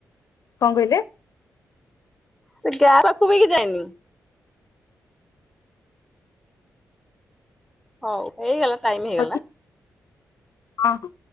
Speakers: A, on the left; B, in the centre.
A: କଣ କହିଲେ?
B: ସେ ଗ୍ୟାସ ପାଖକୁ ବି ଯାଇନି। ହଉ ହେଇଗଲା ଟାଇମ୍ ହେଇଗଲା।
A: ହଉ ହଁ।